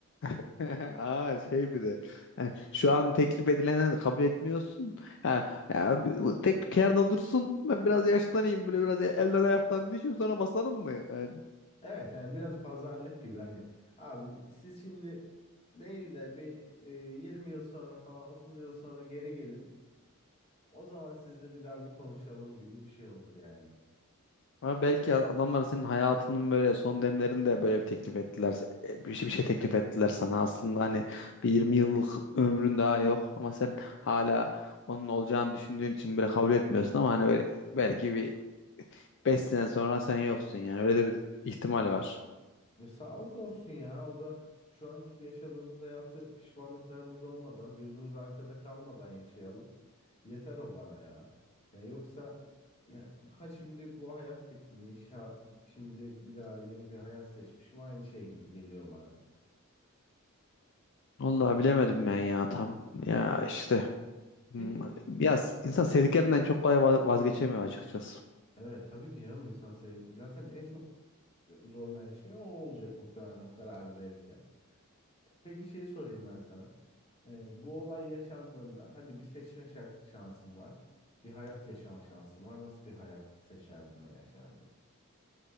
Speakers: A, on the left; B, on the left.
A: <laughs> Aa şey bir de yani şu an teklif edilene de kabul etmiyorsun. Ha, ya bir- bu tek kenarda dursun ben biraz yaşlanayım böyle biraz elden ayaktan düşeyim sonra basarım mı? Yani.
B: Evet hani biraz pazarlık gibi hani abi siz şimdi değil de bir e, 20 yıl sonra falan 30 yıl sonra geri gelin. O zaman sizle bir daha bir konuşalım gibi bir şey olur yani.
A: Ama belki adamlar senin hayatının böyle son demlerinde böyle bir teklif ettiler. E, Bir şey, bir şey teklif ettiler sana aslında hani bir 20 yıllık ömrün daha yok ama sen hala onun olacağını düşündüğün için böyle kabul etmiyorsun ama hani böyle belki bir 5 sene sonra sen yoksun yani öyle de bir ihtimal var.
B: E, sağlık olsun ya. O da şu anki yaşadığımız hayatı pişmanlıklarımız olmadan, gözümüz arkada kalmadan yaşayalım. Yeter o bana ya. Ya yoksa ya, ha şimdi bu hayat bitmiş, ha şimdi bir daha yeni bir hayat seçmişim. Aynı şey gibi geliyor bana.
A: Vallahi bilemedim ben ya tam. Ya işte hmm,
B: Peki
A: ya s- insan sevdiklerinden çok kolay va- vazgeçemiyor açıkçası.
B: evet tabii ki canım insan sev zaten en çok e, zorlayan şey o olacak muhtemelen o karar verirken. Peki şeyi sorayım ben sana. Ee, bu olay yaşandığında hadi bir seçme şa- şansın var. Bir hayat yaşama şansın var. Nasıl bir hayat seçerdin ve yaşardın?